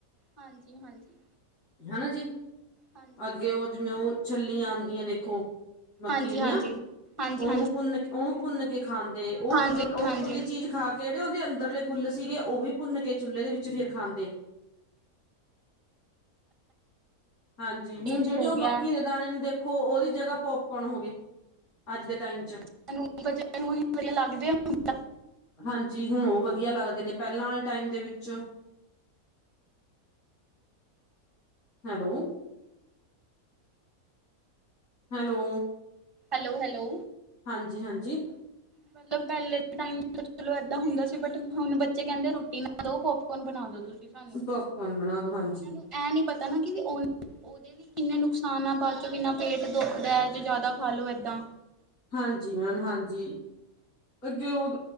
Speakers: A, on the right; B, on the left.
A: ਹਾਂਜੀ ਹਾਂਜੀ
B: ਹਨਾ ਜੀ
A: ਹਾਂਜੀ
B: ਅੱਗੇ ਉਹ ਜਿਵੇਂ ਉਹ ਛੱਲੀਆਂ ਆਉਂਦੀ ਦੀਆਂ ਦੇਖੋ ਮੱਕੀ
A: ਹਾਂਜੀ,
B: ਦੀਆਂ
A: ਹਾਂਜੀ।
B: ਉਹਨੂੰ
A: ਹਾਂਜੀ
B: ਭੁੰਨ, ਉਹਨੂੰ ਭੁੰਨ ਕੇ ਖਾਂਦੇ।
A: ਹਾਂਜੀ
B: ਉਹ ਉੱਪਰ ਉਹ ਉੱਪਰਲੀ
A: ਹਾਂਜੀ ਹਾਂਜੀ
B: ਚੀਜ਼ ਖਾ ਕੇ ਕਿਹੜੇ ਉਹਦੇ ਅੰਦਰਲੇ ਗੁੱਲ ਸੀਗੇ ਉਹ ਵੀ ਭੁੰਨ ਕੇ ਚੁੱਲੇ ਦੇ ਵਿੱਚ ਫਿਰ ਖਾਂਦੇ ਹਾਂਜੀ। ਹੁਣ
A: ਚੇਂਜ
B: ਜਿਹੜੀ
A: ਹੋ
B: ਉਹ ਮੱਖੀ
A: ਗਿਆ
B: ਦੇ ਦਾਣੇ ਨੂੰ ਦੇਖੋ ਖੋ ਉਹਦੀ ਜਗ੍ਹਾ ਪੋਪਕੋਨ ਹੋ ਗਈ। ਅੱਜ ਦੇ ਟਾਈਮ ਚ,
A: ਸਾਨੂੰ ਬੱਚਿਆਂ ਨੂੰ ਹੀ ਵਧੀਆ ਲੱਗਦੇ ਆ ਹੁਣ ਤਾਂ।
B: ਹਾਂਜੀ ਹੁਣ ਉਹ ਵਧੀਆ ਲੱਗਦੇ ਨੇ ਪਹਿਲਾਂ ਵਾਲੇ ਟਾਈਮ ਦੇ ਵਿਚ ਹੈਲੋ, ਹੈਲੋ,
A: ਹੈਲੋ ਹੈਲੋ,
B: ਹਾਂਜੀ ਹਾਂਜੀ,
A: ਮਤਲਬ ਪਹਿਲੇ ਦੇ ਟਾਈਮ ਚਲੋ, ਏਦਾਂ ਹੁੰਦਾ ਸੀ ਬਟ ਹੁਣ ਬੱਚੇ ਕਹਿੰਦੇ ਰੋਟੀ ਨਾ ਦੋ ਪੋਪਕੋਰਨ ਬਣਾ ਦੋ ਤੁਸੀਂ ਸਾਨੂੰ
B: ਪੋਪਕੋਰਨ ਬਣਾ ਦੋ ਹਾਂਜੀ
A: ਉਹਨਾਂ ਨੂੰ ਇਹ ਨੀ ਪਤਾ ਨਾ ਕਿ ਉਹ ਉਹਦੇ ਵੀ ਕਿੰਨੇ ਨੁਕਸਾਨ ਆ ਬਾਅਦ ਚੋਂ ਕਿੰਨਾ ਪੇਟ ਦੁਖਦਾ ਜੇ ਜ਼ਿਆਦਾ ਖਾਲੋ ਏਦਾਂ,
B: ਹਾਂਜੀ ਮੈਮ ਹਾਂਜੀ, ਅੱਗੇ ਉਹ